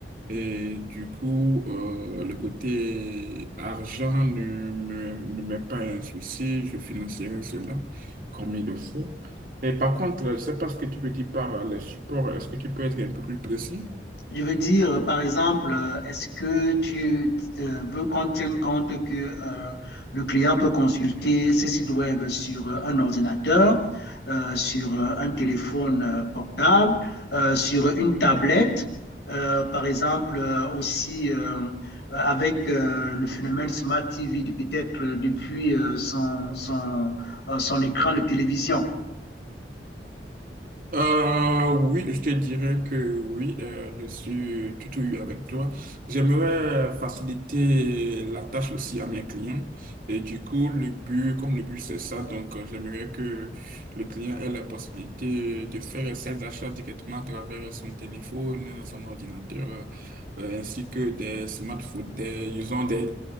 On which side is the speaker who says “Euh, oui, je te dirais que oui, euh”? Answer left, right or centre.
Right